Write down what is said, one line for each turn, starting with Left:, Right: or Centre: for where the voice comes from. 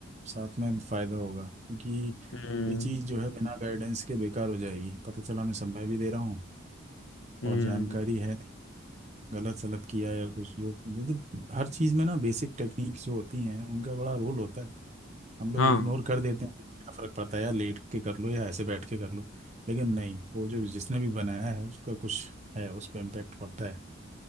Right: साथ में फायदा होगा क्योंकि
Left: हम्म
Right: ये चीज़ जो है बिना गाइडेंस के बेकार हो जाएगी पता चला मैं समय भी दे रहा हूँ
Left: हम्म
Right: और जानकारी
Left: हम्म,
Right: है नहीं गलत सलत किया या कुछ जो मतलब हर चीज़ में ना बेसिक टेक्निक्स जो होती हैं उनका बड़ा रोल होता है हम लोग
Left: हाँ
Right: इग्नोर कर देते हैं क्या फर्क पड़ता है यार लेट के कर लो या ऐसे बैठ के कर लो लेकिन नहीं वो जो जिसने भी बनाया है उसका कुछ है उस पर इम्पेक्ट पड़ता है